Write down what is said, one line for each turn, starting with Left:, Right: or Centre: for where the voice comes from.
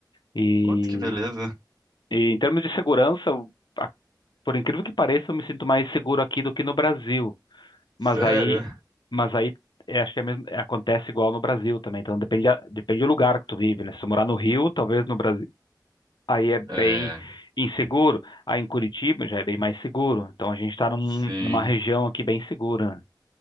Left: E,
Right: Putz, que beleza!
Left: e em termos de segurança, eu- a- por incrível que pareça, eu me sinto mais seguro aqui do que no Brasil. Mas
Right: Sério?
Left: aí, mas aí é, acho que é mesmo, é, acontece igual no Brasil também. Então depende, a- depende do lugar que tu vive, né? Se tu morar no Rio, talvez no Brasil aí é bem
Right: É,
Left: inseguro. Aí em Curitiba já é bem mais seguro. Então a gente está num,
Right: sim.
Left: numa região aqui bem segura.